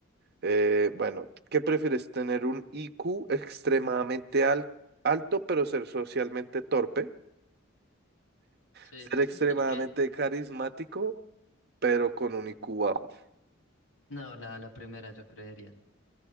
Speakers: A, on the right; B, on the left.
A: Eh, bueno, ¿qué prefieres? ¿Tener un I Q extremadamente al- alto, pero ser socialmente torpe?
B: Sí,
A: ¿Ser extremadamente
B: <laughs> ok.
A: carismático, pero con un I Q bajo?
B: No, la, la primera yo creería.